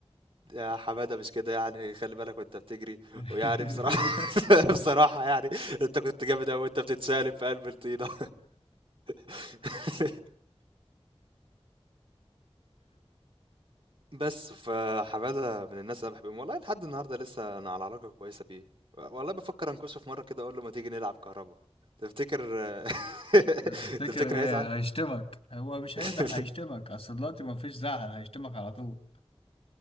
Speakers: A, on the right; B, on the left.
A: يا حماده مش كده يعني خلي بالك وانت بتجري
B: <laughs>
A: ويعني بصراحه <laughs> بصراحه يعني انت كنت جامد قوي وانت بتتسالب في قلب الطينه <laughs> بس، فحمادة من الناس اللي أنا باحبهم، والله لحد النهارده لسه أنا على علاقة كويسة بيه، والله بافكر أنكشه في مرة كده أقول له ما تيجي نلعب كهربا، تفتكر <laughs>
B: تفتكر
A: تفتكر
B: ايه
A: هيزعل؟
B: هيشتمك هو مش
A: <laughs>
B: هيزعل هيشتمك اصل دلوقتي مفيش زعل هيشتمك على طول